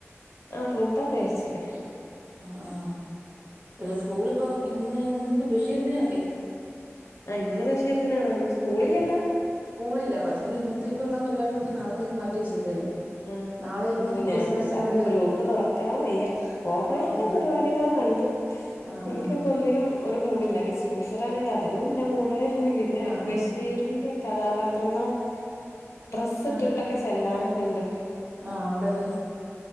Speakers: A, on the left (about 75°); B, on the right (about 40°).
A: ആഹ് ഫുഡൊക്കെ കഴിച്ച്ണ്
B: ആഹ് ആഹ് ഇത് സ്കൂളിപ്പം ഇന്ന് ഇന്നിപ്പോ ബഷീർ ദിനമല്ലേ
A: ആഹ് ഇന്ന് ബഷീർദിനാണോ ഇന്ന് സ്കൂള് ഇല്ലല്ലാ
B: സ്കൂളില്ല പക്ഷെ ഇന്നത്തേക്കുള്ള പരിപാടി മൊത്തം നാളത്തേക്ക് മാറ്റി വെച്ചേക്കല്ലേ
A: ആഹ്
B: നാളെ ഇനി
A: ഓഹ് നേരം
B: ക്വിസ് മത്സരമുണ്ട്
A: പ അപ്പൊ ഗ്രൂപ്പ് തൊറക്കാൻ വയ്യ കൊറേ
B: ആഹ്
A: പരിപാടികള് കണ്ട്
B: ആഹ്
A: എനിക്ക്പ്പൊ
B: ആഹ്
A: ഒന്നിനും ഒരു മൂടില്ല കിസ്ട്ടൻസറാണേലും അതിനും ഇല്ല മൂട് പിന്നെ
B: ആഹ്
A: ബഷീറിന്റെ
B: ആഹ്
A: കഥാപാത്രങ്ങളെ ഡ്രസ്സ് ഇട്ടിട്ടൊക്കെ
B: ആഹ്
A: ചെല്ലാനൊക്കെഇണ്ട്
B: ആഹ് ഒണ്ടല്ലേ